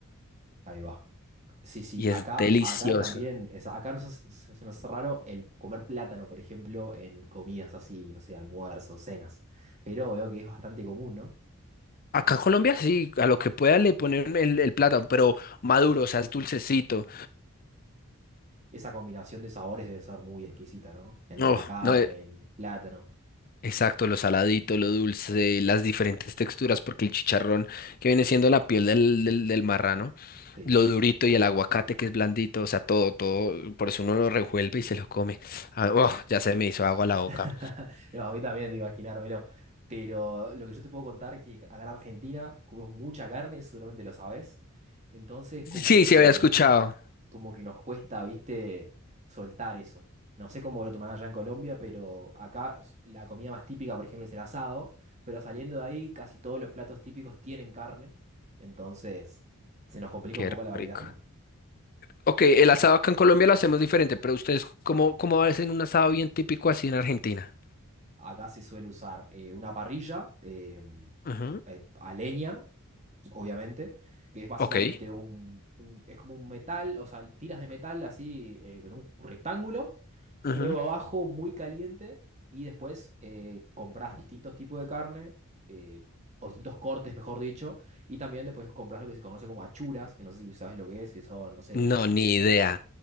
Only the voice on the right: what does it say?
Ahí va. Sí, sí,
acá,
acá también, es- acá nos, hace- se se nos hace raro el comer plátano, por ejemplo, en comidas así, no sé, almuerzos, cenas. Pero veo que es bastante común, ¿no?
Esa combinación de sabores debe ser muy exquisita, ¿no? Entre
la carne,
el plátano.
Sí.
<laughs> No, a mí también, de imaginármelo. Pero lo que yo te puedo contar es que acá en Argentina comemos mucha carne, eso seguramente lo sabes. Entonces, como
que,
como que nos cuesta, viste, soltar eso. No sé cómo lo tomarán allá en Colombia, pero acá s- la comida más típica, por ejemplo, es el asado. Pero saliendo de ahí, casi todos los platos típicos tienen carne. Entonces, se nos complica
un poco la variedad.
Acá se suele usar eh, una parrilla eh,
eh, a leña obviamente, que es básicamente
un, un- es como un metal, o sea, tiras de metal así eh, en un rectángulo, fuego
abajo, muy caliente, y después eh, compras distintos tipos de carne, eh, o distintos cortes, mejor dicho, y también después compras lo que se conoce como achuras, que no sé si sabes lo que es, que son, no sé,
chichu,